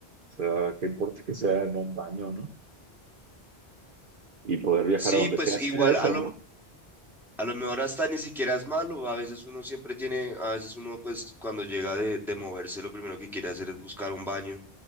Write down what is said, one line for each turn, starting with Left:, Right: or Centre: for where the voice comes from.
Right: sea, qué importa que sea en un baño, ¿no? Y poder viajar
Centre: Sí,
Right: a donde
Centre: pues
Right: sea.
Centre: igual
Right: Si era eso,
Centre: a lo,
Right: ¿no?
Centre: a lo mejor hasta ni siquiera es malo. A veces uno siempre tiene, a veces uno pues cuando llega de, de moverse lo primero que quiere hacer es buscar un baño.